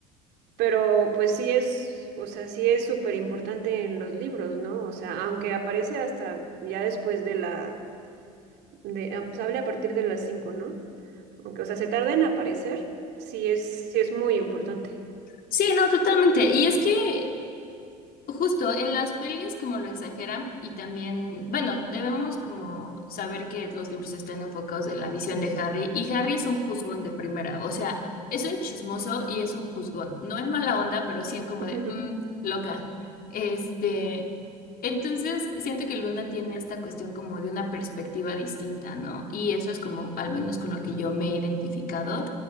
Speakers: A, on the right; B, on the left.
A: Pero pues sí es, o sea, sí es súper importante en los libros, ¿no? O sea, aunque aparece hasta ya después de la, de, ah, pues habla a partir de las cinco, ¿no? Aunque, o sea, se tarda en aparecer, sí es, sí es muy importante.
B: sí, no, totalmente. Y es que Justo en las pelis como lo exageran y también, bueno, debemos como saber que los libros están enfocados en la visión de Harry y Harry es un juzgón de primera, o sea, es un chismoso y es un juzgón, no en mala onda, pero sí en como
A: <laughs>
B: de, "Mm, loca. Este, entonces siento que Luna tiene esta cuestión como de una perspectiva distinta, ¿no? Y eso es como, al menos con lo que yo me he identificado,